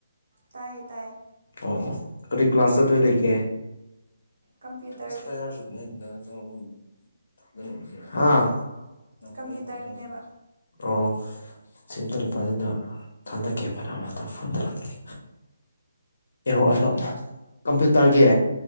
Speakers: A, on the right; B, on the left.
A: ꯇꯥꯏꯌꯦ ꯇꯥꯏꯌꯦ
B: ꯑꯣ ꯑꯣ ꯀꯔꯤ ꯀ꯭ꯂꯥꯁ ꯆꯠꯇꯣꯏ ꯂꯩꯒꯦ
A: ꯀꯝꯄ꯭ꯌꯨꯇꯔꯒꯤ
B: ꯑꯦꯁꯄꯔꯁꯨꯨꯞꯅ
A: ꯀꯝꯄ꯭ꯌꯨꯇꯔꯒꯤꯅꯦꯕ
B: ꯅ ꯑꯣ ꯁꯤꯝ ꯇ ꯂꯨꯛꯄ ꯑꯗꯨꯅ ꯊꯟꯗꯀꯦꯄꯅ ꯑꯃꯛꯇꯪ ꯐꯣꯟ ꯇꯧꯔꯛꯑꯦ ꯑꯦꯍꯧ ꯑꯁꯣꯞꯅ ꯀꯝꯄ꯭ꯌꯨꯇꯔꯒꯤ